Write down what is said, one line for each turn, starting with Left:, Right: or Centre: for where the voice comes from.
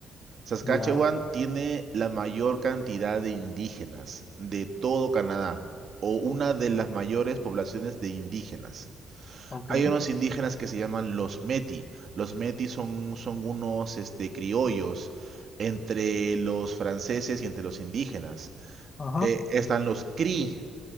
Right: Saskatchewan
Left: ya,
Right: tiene la mayor cantidad de indígenas de todo Canadá, o una de las mayores poblaciones de indígenas.
Left: ok,
Right: Hay unos indígenas que se llaman los Métis. Los Métis son, son unos este, criollos entre los franceses y entre los indígenas.
Left: ajá,
Right: Eh, están los Cree,